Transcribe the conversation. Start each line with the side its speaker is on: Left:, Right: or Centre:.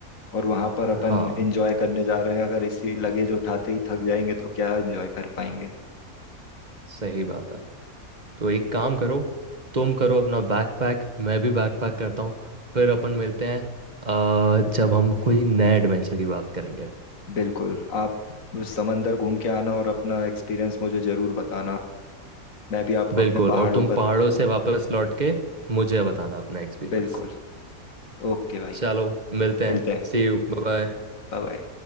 Left: और वहां पर अपन
Right: हाँ
Left: एंजॉय करने जा रहे हैं अगर इसी लगेज उठाते ही थक जाएंगे तो क्या एंजॉय कर पाएंगे
Right: सही बात है तो एक काम करो तुम करो अपना बैकपैक मैं भी बैकपैक करता हूँ फिर अपन मिलते हैं अ, जब हम कोई नए एडवेंचर की बात करेंगे
Left: बिल्कुल आप उस समंदर घूम के आना और अपना एक्सपीरियंस मुझे जरूर बताना मैं भी आपको
Right: बिल्कुल
Left: अपने पहाड़ों
Right: और तुम
Left: का
Right: पहाड़ों से वापस लौट के मुझे बताना अपना एक्सपीरियंस
Left: बिल्कुल ओके भाई
Right: चलो मिलते
Left: मिलते
Right: हैं
Left: हैं
Right: See you bye bye.
Left: Bye bye